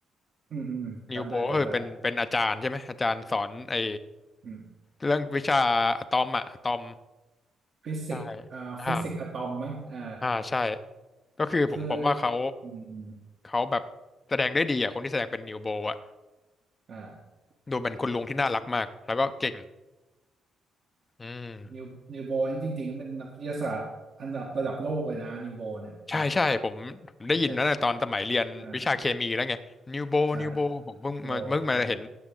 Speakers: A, on the right; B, on the left.
A: อืมอืมอืมจำได้จำได้
B: นิวโบก็คือเป็นเป็นอาจารย์ใช่ไหม อาจารย์สอนไอ้
A: อืม
B: เรื่องวิชาอะตอมอะอะตอม
A: ฟิสิกส์อ่าฟิสิกส์อะตอมมั้งอ่า
B: ใช่อ่าอ่าใช่ ก็คือผมผมว่าเขา
A: คืออืมอืม
B: เขาแบบแสดงได้ดีอ่ะคนที่แสดงเป็นนิวโบอ่ะ
A: อ่า
B: ดูเป็นคุณลุงที่น่ารักมากแล้วก็เก่งอืม
A: นิวนิวโบนี่จริงๆเป็นนักวิทยาศาสตร์อันดับระดับโลกเลยนะนิวโบเนี่ยอ่า
B: ใช่ใช่ผมผมได้ยินแล้วนะตอนสมัยเรียนวิชาเคมีแล้วไงนิวโบนิวโบผมเพิ่งมาเพิ่งมาเห็น
A: นิวโบอ่าใช่นิวโบอ่า